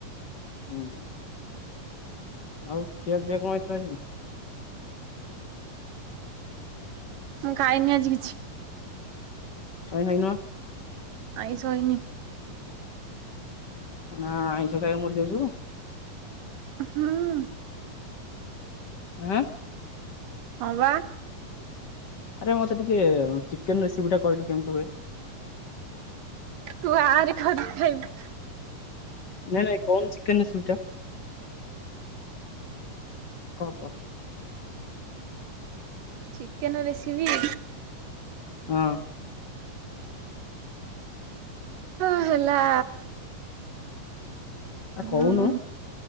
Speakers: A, on the left; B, on the right.
A: ହୁଁ ଆଉ ଖିଆ ପିଆ କଣ ହେଇଥିଲା ଆଜି?
B: ମୁଁ ଖାଇନି ଆଜି କିଛି।
A: କାହିଁ ଖାଈନୁ?
B: ଆଇଁସ ହେଈନି।
A: ନା ଆଇଁଷ ଖାଇବାକୁ ମରି ଯାଉଛୁ?
B: ହୁଁ।
A: ହାଁ।
B: ହଁ ବା।
A: ଆରେ ମତେ ଟିକେ ଚିକେନ ରେସିପି ଟା କହିଲୁ କେମିତି ହୁଏ?
B: ତୁ ଆ ଭାରି କରିକି ଖାଇବୁ?
A: ନାଇଁ ନାଇଁ କଉନୁ ଚିକେନ୍ ରେସିପିଟା କ କହ?
B: ଚିକେନ ରେସିପି
A: ହଁ।
B: ହଁ ହେଲା।
A: ଆ କହୁନୁ
B: ହମ